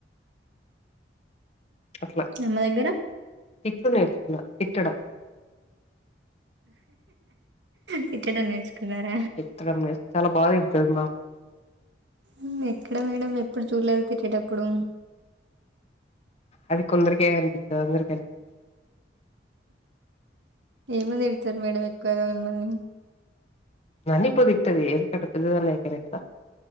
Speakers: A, on the left (about 35°); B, on the right (about 80°).
A: అట్లా
B: అమ్మ దగ్గర
A: తిట్లు నేర్చుకున్న తిట్టడం
B: తిట్టడం నేర్చుకున్నార
A: ట్టడం నేర్స్ చాలా బాగ దిట్తది మా అమ్మ
B: ఉహు ఎక్కడ మేడం ఎప్పుడు చూల్లేదు తిట్టేటప్పుడు
A: అది కొందరికే గనిపిత్తది అందరికి <unintelligible>
B: ఏమన్ దిడుతార్ మేడమ్ ఎక్కువగా మిమ్మల్ని
A: నన్ని ఇప్పుడు దిట్టది ఏందు కంటే పెద్దదాన్ని అయిపోయాను కదా